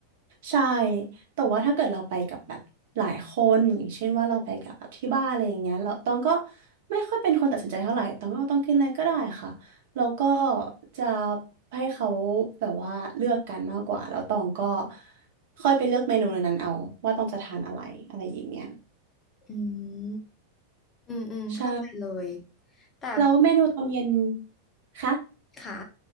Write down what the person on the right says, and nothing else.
ใช่แต่ว่าถ้าเกิดเราไปกับแบบหลายคนอย่างเช่นว่าเราไปกับแบบที่บ้านอะไรอย่างเงี้ยเราตองก็ไม่ค่อยเป็นคนตัดสินใจเท่าไหร่ตองก็เอาต้องกินอะไรก็ได้ค่ะแล้วก็จะให้เขาแบบว่าเลือกกันมากกว่าแล้วตองก็ค่อยไปเลือกเมนูในนั้นเอาว่าต้องจะทานอะไรอะไรอย่างเงี้ย
ใช่
แล้วเมนูตอนเย็นคะ